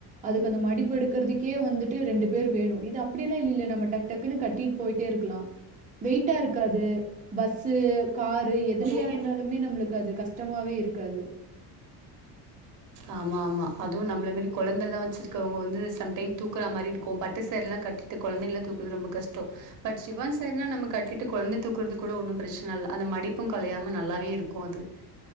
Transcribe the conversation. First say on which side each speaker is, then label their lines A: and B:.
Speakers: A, on the right (about 20°); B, on the right (about 50°).
A: அதுக்கு அந்த மடிப்பு எடுக்கறதுக்கே வந்துட்டு ரெண்டு பேர் வேணும் இது அப்டியெல்லாம் இல்லல நம்ம டக்கு டக்குன்னு கட்டிட்டு போயிட்டே இருக்கலாம் வெயிட்டா இருக்காது பஸ்சு காரு எதுலயா
B: ஒரு
A: இருந்தாலுமே
B: எத
A: நம்மளுக்கு அது கஷ்டமாவே இருக்காது
B: ஆம்மாம்மா அதுவு நம்மள மாரி கொழந்தல்லாம் வச்சிருக்கவங்க வந்து சம் டைம் தூக்குற மாரி இருக்கு பட்டு சாரில்லாம் கட்டிட்டு கொழந்தை எல்லாம் தூக்குறது ரொம்ப கஷ்டம் பட் சிஃபான் சேரினா நம்ம கட்டிட்டு கொழந்தை தூக்குறது கூட ஒன்னும் பிரச்சன இல்ல அந்த மடிப்பும் கலையாம நல்லாவே இருக்கு அது